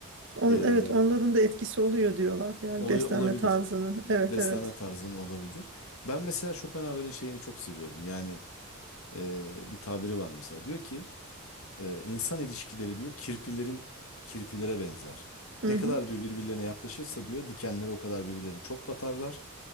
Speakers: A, on the right (about 55°); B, on the left (about 70°).
A: On,
B: E,
A: evet onların da etkisi oluyor diyorlar. Yani
B: olay
A: beslenme
B: olabilir.
A: tarzının. Evet
B: Beslenme
A: evet.
B: tarzının olabilir. Ben mesela Schopenhauer'in şeyini çok seviyorum. Yani e, bir tabiri var mesela diyor ki e, insan ilişkileri diyor kirpilerin kirpilere benzer.
A: Hı
B: Ne
A: hı.
B: kadar diyor birbirlerine yaklaşırsa diyor dikenleri o kadar birbirlerine çok batarlar.